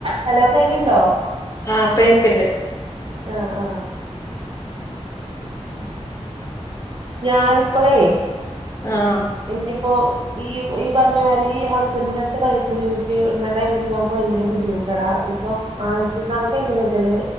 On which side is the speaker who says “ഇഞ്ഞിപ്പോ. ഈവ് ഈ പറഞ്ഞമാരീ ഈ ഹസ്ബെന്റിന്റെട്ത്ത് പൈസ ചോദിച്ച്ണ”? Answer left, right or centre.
Right